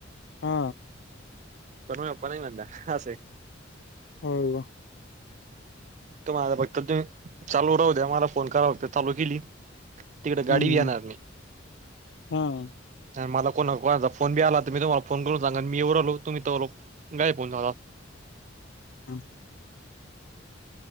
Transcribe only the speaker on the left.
हा
हो का?
हं,
हं.
हां,
हा